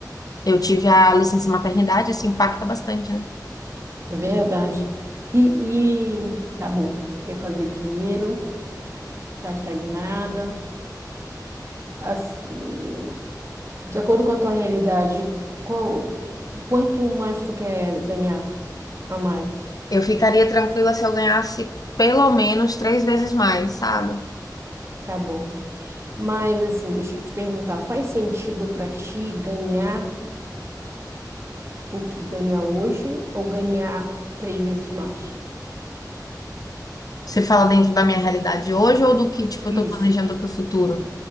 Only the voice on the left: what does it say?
eu tive a licença maternidade, isso impacta bastante, né?
Eu ficaria tranquila se eu ganhasse pelo menos três vezes mais, sabe?
Você fala dentro da minha realidade hoje ou do que, tipo,
eu tô planejando pro futuro?